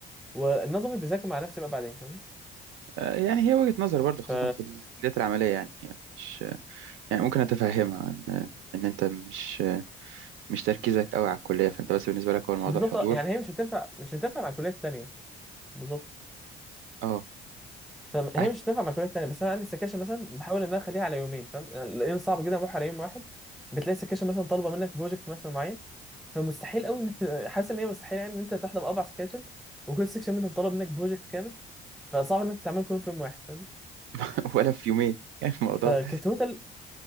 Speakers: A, in the centre; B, on the right (about 75°).
A: والنظري بذاكر مع نفسي بقى بعدين فاهمني
B: آه، يعني هي وجهة نظر برضو خاصة
A: ف
B: في الكليات العملية يعني مش يعني ممكن أتفهمها إن إن أنت مش مش تركيزك قوي على الكلية فأنت بس بالنسبة لك هو الموضوع
A: بالظبط
B: حضور
A: آه، يعني هي مش هتنفع مش هتنفع مع الكليات التانيه بالظبط
B: أه
A: فهي
B: قاعد
A: مش هتنفع مع كليات تانية بس انا عندي سكاشن مثلا بحاول ان انا اخليها على يومين فاهم لان صعب جدا اروح على يوم واحد بتلاقي سكاشن مثلا طالبه منك بروجكت مثلا معين فمستحيل قوي ان <laughs> حاسس ان هي مستحيل يعني ان انت تحضر اربع سكاشن وكل سكشن منهم طالب منك بروجكت كامل فصعب انك تعمل كلهم في يوم واحد فاهم
B: <laughs> ولا في يومين يعني الموضوع
A: فكتوتال